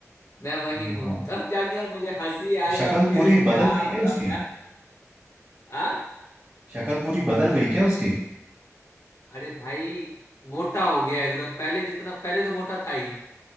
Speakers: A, on the left; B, on the right.
A: मैं वही
B: हाँ
A: हूँ तब जाके यार मुझे हंसी आई
B: शक्ल
A: और फिर
B: पूरी
A: क्या
B: बदल गई
A: बताओ
B: क्या उसकी
A: यार आ?
B: शक्ल पूरी बदल गई क्या उसकी
A: अरे भाई मोटा हो गया एकदम पहले जितना पहले तो मोटा था ही